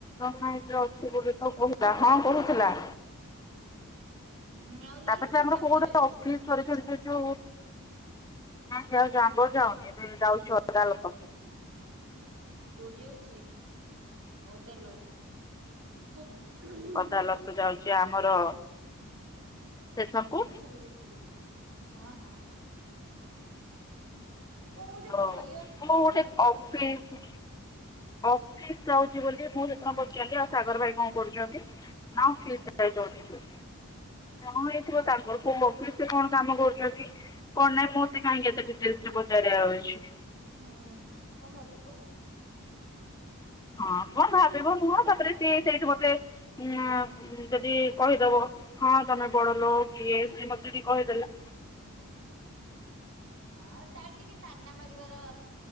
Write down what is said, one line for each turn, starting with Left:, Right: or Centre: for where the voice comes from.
Left: ଲାଇନ୍ ବୋଲି ତ କହୁଥିଲା ହଁ କହୁଥିଲା।
Right: ହୁଁ ଆଉ
Left: ତାପରେ
Right: ଇଏ
Left: ତ
Right: ସେ
Left: ଆମର
Right: ଚାମ୍ବରରେ
Left: କେଉଁଟା
Right: ଅଛି
Left: ଅଫିସ୍ ସରି ସରି ସରି ଯୋଉ ନାଇଁ ଆଉ ଜାମ୍ବୋ ଯାଉନି ଏବେ ଯାଉଚି ଅଲଗା ଲୋକ।
Right: କୋଉଠି ଯାଉଚି ଅଦାଲତ <unintelligible>
Left: ଅଦାଲତ ଯାଉଚି ଆମର ଷ୍ଟେସନକୁ
Right: ହଁ ବୁଝିଲି ବୁଝିଲି ହଁ ହଁ ହଁ। ଗୋଟେ
Left: ହଁ
Right: କହି ଆସୁଥିଲି
Left: କୋଉ ଗୋଟେ
Right: ମନେ ପଡୁନି
Left: ଅଫିସ ଅଫିସ ଯାଉଚି ବୋଲି ମୁଁ ସେଦିନ ପଚାରିଲି ଆଉ ସାଗର ଭାଇ କଣ କରୁଚନ୍ତି? ନା ଅଫିସ ଯାଇଚନ୍ତି ହଁ ହେଇଥିବ ତାଙ୍କର କୋଉ ଅଫିସ ରେ କଣ କାମ କରୁଚନ୍ତି? କଣ ନାଇଁ ମତେ କାହିଁକି ଏତେ ଡିଟେଲସରେ ପଚାରାଉଚି।
Right: ହୁଁ କଣ ଭାବିବ?
Left: ହଁ କଣ ଭାବିବ ନୁହଁ ତାପରେ ସିଏ ସେଇଠି ମୋତେ ଉଁ ଯଦି କହିଦବ? ହଁ ତମେ ବଡ ଲୋକ କିଏ ସିଏ ମତେ ଟିକେ କହିଦେଲ?
Right: ହଁ ଆଉ ତାର ଟିକେ ତାନା ମାରିବାର